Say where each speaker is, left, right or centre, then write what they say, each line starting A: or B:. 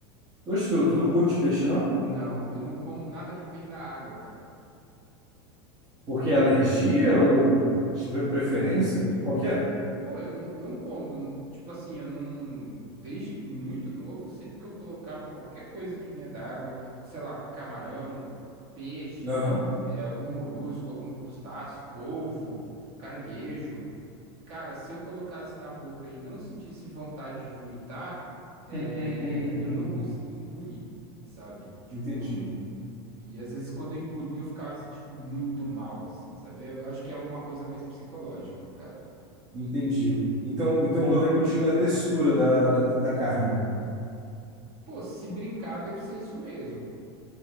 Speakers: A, on the right; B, on the right.
A: Hoje tu, tu não curte peixe, não?
B: Não, eu não como nada que vem da água, cara.
A: Porque é alergia ou preferência? Qual que é?
B: Pô, eu não, não como. n- Tipo assim, eu não. Desde muito novo, sempre que eu colocava qualquer coisa que vinha da água, sei lá, camarão, peixe,
A: Aham.
B: é, algum molusco, algum crustáceo, polvo, caranguejo. Cara, se eu colocasse na boca e não sentisse vontade de vomitar, é,
A: <laughs>
B: eu não conseguia engolir, sabe? Tipo,
A: Entendi,
B: não. E às vezes quando eu engolia, eu ficava sentindo muito mal, assim, sabe? É, Eu acho que é uma coisa mais psicológica, no caso.
A: entendi. Então, então o rolê contigo é a textura da, da, da carne.
B: Pô, se brincar, deve ser isso mesmo.